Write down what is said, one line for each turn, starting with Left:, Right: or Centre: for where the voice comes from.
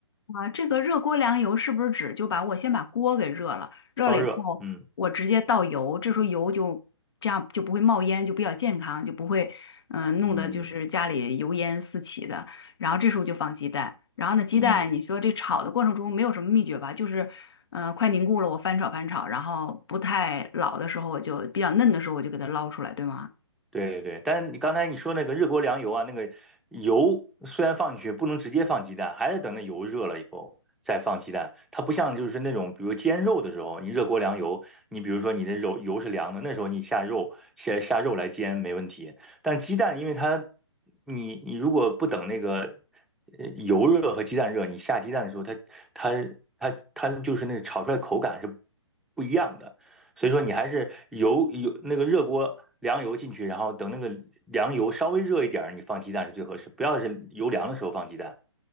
Left: 啊，这个热锅凉油是不是指就把我先把锅给热了，热了以后我直接倒油，
Centre: 烧热，嗯
Left: 这时候油就这样就不会冒烟，就比较健康，就不会嗯、呃弄得就是家里油烟四起的。
Centre: 嗯
Left: 然后这时候就放鸡蛋，然后呢鸡蛋你说这炒的过程中没有什么秘诀吧，
Centre: 嗯，
Left: 就是嗯快凝固了我翻炒翻炒，然后不太老的时候我就比较嫩的时候我就给它捞出来，对吗？
Centre: 对对对，但是你刚才你说那个热锅凉油啊，那个油虽然放进去，不能直接放鸡蛋，还是等那油热了以后再放鸡蛋。它不像就是那种，比如煎肉的时候，你热锅凉油，你比如说你的肉油是凉的，那时候你下肉下下肉来煎没问题。但鸡蛋，因为它你你如果不等那个呃油热和鸡蛋热，你下鸡蛋的时候，它它它它就是那个炒出来的口感是不一样的。所以说你还是油油那个热锅凉油进去，然后等那个凉油稍微热一点儿，你放鸡蛋是最合适，不要是油凉的时候放鸡蛋，